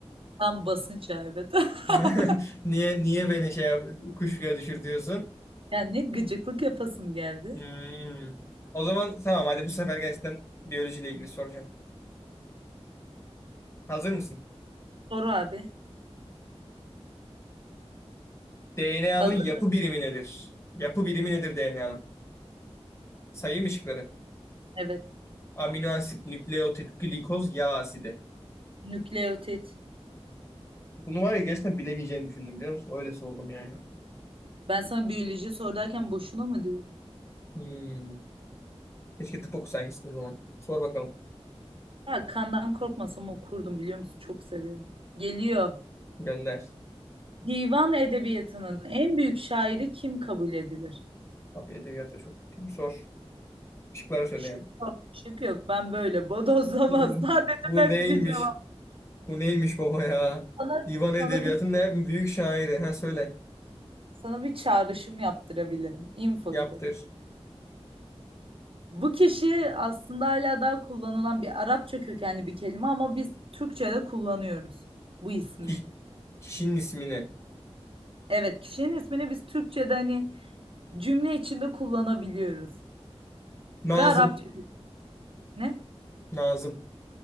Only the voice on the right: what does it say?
Tam basınç evet. <laughs>
Ya ne gıcıklık yapasım geldi.
Soru abi.
Hazır.
Evet.
Nükleotit.
Ben sana biyoloji sor derken boşuna mı diyorum?
Ya kandan korkmasam okurdum biliyor musun? Çok seviyorum. Geliyor.
Divan edebiyatının en büyük şairi kim kabul edilir?
Şık
yok. Şık yok. Ben böyle bodozlamaz.
<laughs> Sadece
net
bir cevap.
Sana,
sana bir,
sana bir çağrışım yaptırabilirim. Info
gibi. Bu kişi aslında hala daha kullanılan bir Arapça kökenli bir kelime ama biz Türkçe'de kullanıyoruz bu ismi.
Evet, kişinin ismini biz Türkçe'de hani cümle içinde kullanabiliyoruz.
Ve Arapça ne?